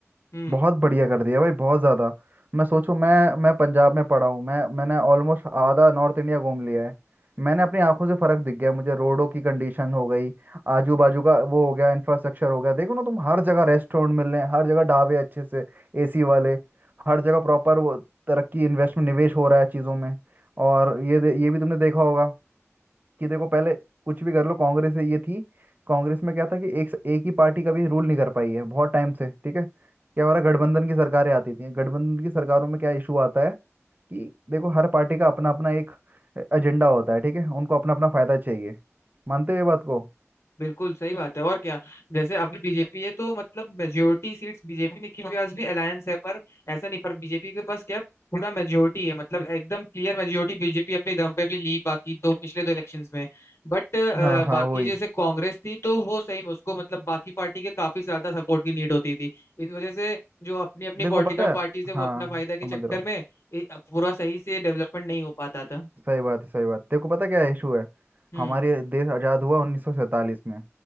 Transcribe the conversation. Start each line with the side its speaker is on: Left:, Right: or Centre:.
Left: हम्म
Right: बहुत बढ़िया कर दिया भाई बहुत ज़्यादा मैं सोचूं मैं मैं पंजाब में पढ़ा हूँ मैं मैंने ऑलमोस्ट आधा नॉर्थ इंडिया घूम लिया है मैंने अपनी आंखों से फर्क दिख गया मुझे रोडों की कंडीशन हो गई आजू बाजू का वो हो गया इंफ्रास्ट्रक्चर हो गया देखो ना तुम हर जगह रेस्टोरेंट मिल रहे हैं हर जगह ढाबे अच्छे से एसी वाले हर जगह प्रॉपर वो तरक्की इन्वेस्टमेंट निवेश हो रहा है चीज़ों में और ये दे- ये भी तुमने देखा होगा कि देखो पहले कुछ भी कर लो कांग्रेस से ये थी कांग्रेस में क्या था कि एक एक ही पार्टी कभी रूल नहीं कर पाई है बहुत टाइम से ठीक है क्या हो रहा है गठबंधन की सरकारें आती थी गठबंधन की सरकारों में क्या इशू आता है कि देखो हर पार्टी का अपना अपना एक एजेंडा होता है ठीक है उनको अपना अपना फायदा चाहिए मानते हो ये बात को
Left: बिल्कुल सही बात है और क्या जैसे अभी बीजेपी है तो मतलब मेजोरिटी सीट्स बीजेपी ने क्योंकि आज भी अलायंस है पर ऐसा नहीं पर बीजेपी के पास क्या पूरा मेजोरिटी है मतलब एकदम क्लियर मेजोरिटी बीजेपी अपने दम पे भी ली बाकी दो पिछले दो इलेक्शंस में बट
Right: हाँ हाँ
Left: बाकी
Right: वही
Left: जैसे कांग्रेस थी तो वो सही में उसको मतलब बाकी पार्टी के काफी ज्यादा सपोर्ट की नीड होती थी इस वजह से जो अपनी अपनी
Right: देखो
Left: पॉलिटिकल
Right: पता है
Left: पार्टीज है वो
Right: हाँ
Left: अपना फायदा के
Right: समझ
Left: चक्कर
Right: रहा हूँ
Left: में ए, पूरा सही से डेवलपमेंट नहीं हो पाता था
Right: सही बात है सही बात देखो पता क्या इशू है
Left: हम्म
Right: हमारे देश आज़ाद हुआ 1947 में